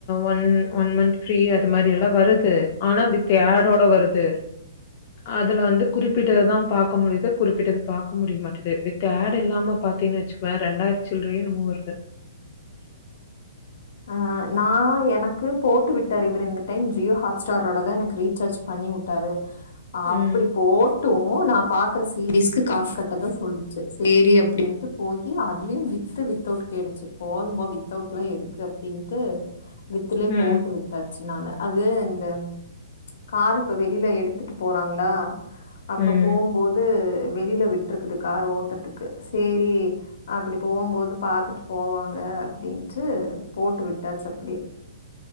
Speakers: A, on the left (about 40°); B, on the left (about 65°).
A: ஒன் ஒன் மன்த் ஃப்ரீ அது மாரி எல்லாம் வருது ஆனா வித் அடோட வருது அதுல வந்து குறிப்பிட்டதுதான் பாக்க முடியுது குறிப்பிட்டது பாக்க முடிய மாட்டேது வித் ஆட் இல்லாம பாத்தீன்னனு வச்சுக்குவேன் ரெண்டாயிரச்சிலரே என்னமோ இருந்து இருக்கு
B: ஆ நான் எனக்கு போட்டு விட்டாரு இவரு இந்த டைம் ஜியோ ஹாட் ஸ்டாரோட தான் எனக்கு ரீசார்ஜ் பண்ணி விட்டாரு அப்படி
A: ம்.
B: போட்டும் நான் பாக்கிற சீரிஸ்க்கு காஸ் கட்ட தான் சொல்லச்சு சேரி அப்படின்ட்டு போயி அதுலயும் வித்து வித்அவூட்டு கேடுச்சு போதும்போது வித்தவுட்லாம் எதுக்கு அப்படின்ட்டு வித்துலயே
A: ம்.
B: போட்டு உட்டாச்சு நானு அது இந்த காரு இப்ப வெளியில எடுத்துட்டு போறாங்களா அப்ப
A: ம்.
B: போம்போது வெளியில விட்ருக்குது கார் ஓட்டத்துக்கு சரி அப்படி போகும்போது பாத்துட்டு போவாங்க அப்டின்ட்டு போட்டு விட்டாச்சு அப்டியே